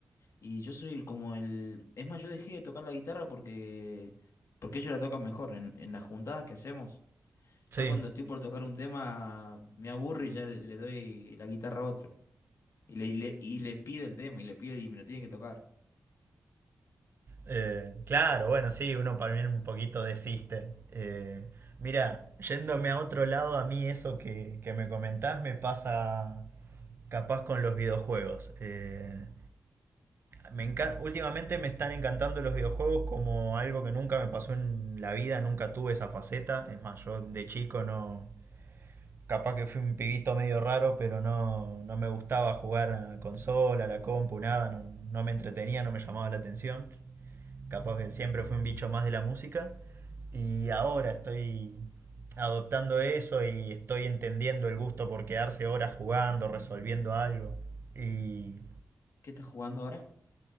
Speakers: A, on the left (about 75°); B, on the right (about 50°).
A: Y yo soy el- como el... Es más, yo dejé de tocar la guitarra porque... Porque ellos la tocan mejor en, en las juntadas que hacemos. Ya
B: Sí.
A: cuando estoy por tocar un tema, me aburro y ya le, le doy la guitarra a otro. Y le, y le, y le pido el tema, y le pido y me lo tienen que tocar.
B: Eh, claro, bueno, sí, uno para mí un poquito desiste. Eh, mira, yéndome a otro lado, a mí eso que, que me comentás me pasa capaz con los videojuegos. Eh, me encan- últimamente me están encantando los videojuegos como algo que nunca me pasó en la vida, nunca tuve esa faceta. Es más, yo de chico no... Capaz que fui un pibito medio raro, pero no, no me gustaba jugar a consola, a la compu, nada, no, no me entretenía, no me llamaba la atención. Capaz que siempre fui un bicho más de la música. Y ahora estoy adoptando eso y estoy entendiendo el gusto por quedarse horas jugando, resolviendo algo. Y
A: ¿Qué estás jugando ahora?